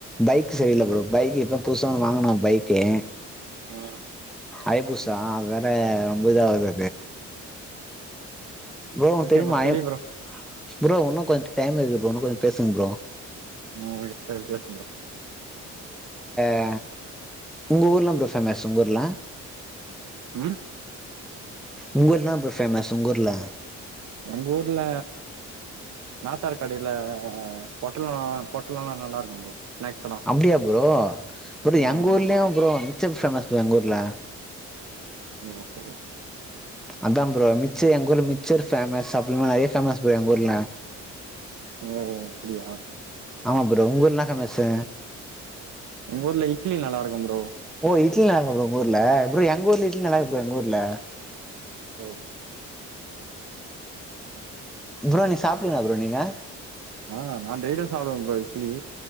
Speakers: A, in the centre; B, on the right.
A: பைக் சரியில்ல ப்ரோ பைக் இப்ப புதுசா ஒன்னு வாங்கனு பைக்கு
B: ஆ
A: ஐ பூசா அது வேற ரொம்ப இதாகுது ப்ரோ ஒன்
B: ஓகே
A: தெரிய்மா ஐயப்
B: சரி ப்ரோ
A: ப்ரோ உன்னு கொஞ் டைம் இருக் ஒன்னு கொஞ் பேசுங் ப்ரோ
B: ம் சரி பேசு ப்ரோ
A: அ உங்க ஊர்ல ப்‌ரோ ஃபேமஸ் உங்க ஊர்ல
B: ம்
A: உங்க ஊர்லா ப்ரோ ஃபேமஸ் உங்கூர்ல
B: எங்கூர்ல நாத்தார் கடைல பொட்டலோ பொட்டலோல்லா நல்லா இருக்கு ப்ரோ ஸ்நாக்ஸ் எல்லாம்
A: அப்டியா ப்ரோ ப்ரோ
B: ம்
A: எங்க
B: ஆமா
A: ஊர்லயு ப்ரோ <unintelligible> ஃபேமஸ் எங்கூர்ல
B: ஓஹோ
A: அதா ப்ரோ மிச்சர் எங்க ஊர்ல மிச்சர் ஃபேமஸ் அப்ப இன்னு நெறைய ஃபேமஸ் ப்ரோ எங்க ஊர்ல
B: ஓ அப்டியா
A: ஆமா ப்ரோ உங்க ஊர்ல என்ன ஃபேமஸு
B: எங்க ஊர்ல இட்லி நல்லா இருக்கு ப்ரோ
A: ஓ இட்லி நல்லா இருக்குமா ப்ரோ உங்க ஊர்ல ப்‌ரோ எங்க ஊர்லயு இட்லி நல்லார்க்கு ப்ரோ எங்க ஊர்ல
B: ப்
A: ப்ரோ நீ சாப்டீங்ளா ப்ரோ நீங்க
B: ஆஹ் நான் டெய்லியும் சாப்படுவேன் ப்ரோ இட்லி